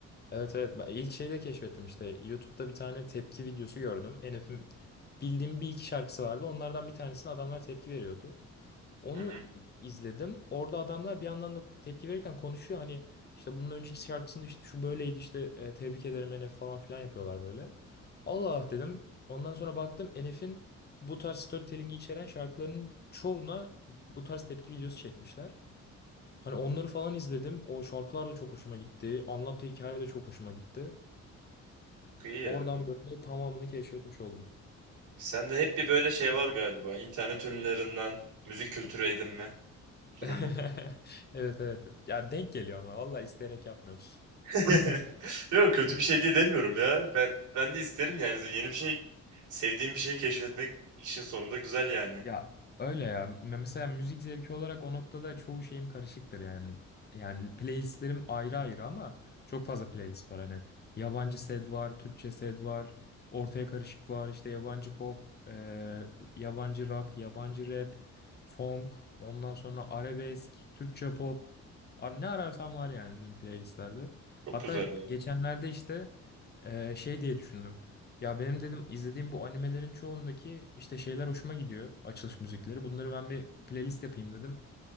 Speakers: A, on the left; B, on the right.
A: Evet evet. Ben ilk şeyde keşfettim işte. YouTube'da bir tane tepki videosu gördüm. Enef'in bildiğim bir iki şarkısı vardı. Onlardan bir tanesine adamlar tepki veriyordu. Onu
B: Hı hı.
A: izledim. Orada adamlar bir yandan da tepki verirken konuşuyor. Hani işte bunun önceki şarkısında işte şu böyleydi işte e, tebrik ederim Enef falan filan yapıyorlar böyle. Allah Allah dedim. Ondan sonra baktım Enef'in bu tarz storytelling'i içeren şarkılarının çoğuna bu tarz tepki videosu çekmişler. Hani onları falan izledim. O şarkılar da çok hoşuma gitti. Anlattığı hikaye de çok hoşuma gitti.
B: İyi
A: Oradan
B: ya. bu.
A: böyle tamamını keşfetmiş oldum.
B: Sende hep bir böyle şey var galiba. İnternet ünlülerinden müzik kültürü edinme durumu.
A: <laughs> Evet evet. Ya denk geliyor ama vallahi isteyerek yapmıyorum.
B: <laughs> Yok kötü bir şey diye demiyorum ya. Ben ben de isterim yani yeni bir şey sevdiğim bir şeyi keşfetmek işin sonunda güzel yani.
A: Ya öyle ya. Me- Mesela müzik zevki olarak o noktada çoğu şeyim karışıktır yani. Yani playlistlerim ayrı ayrı ama çok fazla playlist var hani. Yabancı sed var, Türkçe sed var, ortaya karışık var, işte yabancı pop, eee, yabancı rock, yabancı rap, funk, ondan sonra arabesk, Türkçe pop. Ar- Ne ararsam var yani benim playlistlerde.
B: Çok
A: Hatta
B: güzel ya.
A: geçenlerde işte ee, şey diye düşündüm. Ya benim dedim izlediğim bu animelerin çoğundaki işte şeyler hoşuma gidiyor. Açılış müzikleri. Bunları ben bir playlist yapayım dedim.